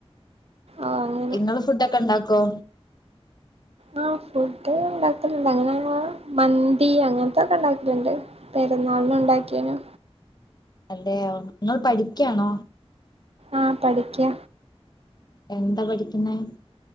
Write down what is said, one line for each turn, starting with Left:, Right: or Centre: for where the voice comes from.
Right: ഓഹ് അങ്ങനെ
Left: ഇങ്ങള് ഫുഡൊക്കെ ഇണ്ടാക്കോ
Right: ആ ഫുഡ് ഉണ്ടാക്കലണ്ട് അങ്ങനെ മന്തി അങ്ങനത്തൊക്ക ഉണ്ടാക്കല്ണ്ട് പെ പെര്നാളിന് ഉണ്ടാക്കിയേനോ
Left: അതെയോ ഇങ്ങള് പഠിക്കയാണോ
Right: ആഹ് പഠിക്കാ
Left: എന്ത പഠിക്കുന്നെ